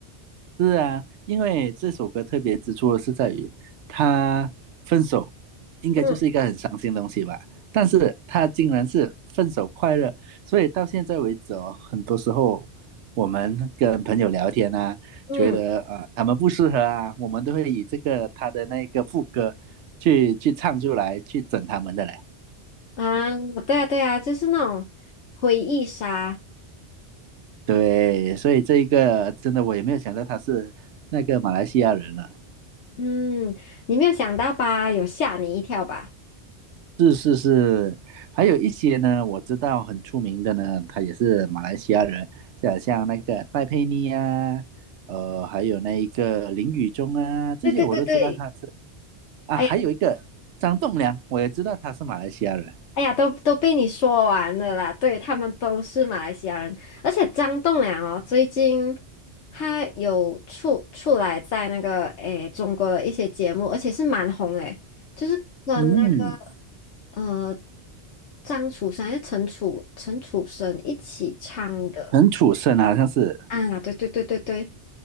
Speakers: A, on the right (about 85°); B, on the left (about 85°).
A: 是啊，因为这首歌特别之处是在于，他分手应该就是一个很伤心的东西吧，
B: 嗯
A: 但是他竟然是分手快乐，所以到现在为止哦，很多时候我们跟朋友聊天啊，
B: 嗯
A: 觉得呃他们不适合啊，我们都会以这个他的那个副歌去去唱出来，去整他们的嘞。
B: 啊，对啊对啊，就是那种回忆杀。
A: 对，所以这一个真的我也没有想到他是那个马来西亚人了。
B: 嗯，你没有想到吧？有吓你一跳吧？
A: 是是是，还有一些呢，我知道很出名的呢，他也是马来西亚人，就好像那个戴佩妮啊，呃，还有那一个林宇中啊，这些我都知道他是
B: 对对对对，
A: 啊，
B: 哎呀
A: 还有一个张栋梁，我也知道他是马来西亚人，
B: 哎呀，都都被你说完了啦。对，他们都是马来西亚人，而且张栋梁哦，最近他有出出来在那个诶中国的一些节目，而且是蛮红诶，就是跟那个
A: 嗯，
B: 呃张楚生还是陈楚陈楚生一起唱的
A: 陈楚生啊好像是，
B: 啊，对对对对对。